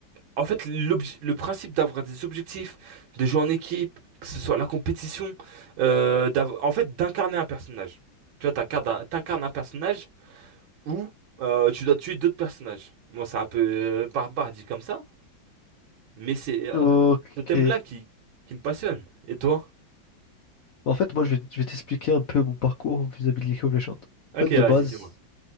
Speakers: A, on the right; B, on the left.
A: en fait, l'obje- le principe d'avoir des objectifs, de jouer en équipe, que ce soit la compétition, euh, d'av- en fait, d'incarner un personnage. Tu vois, t'incarnes un t'incarnes un personnage Ou euh, tu dois tuer d'autres personnages. Moi, c'est un peu euh, barbare dit comme ça, mais c'est euh,
B: Ok.
A: ce thème-là qui, qui me passionne. Et toi?
B: En fait, moi, je vais, je vais t'expliquer un peu mon parcours vis-à-vis de League of Legends.
A: Ok,
B: En fait, de
A: vas-y,
B: base,
A: dis-moi.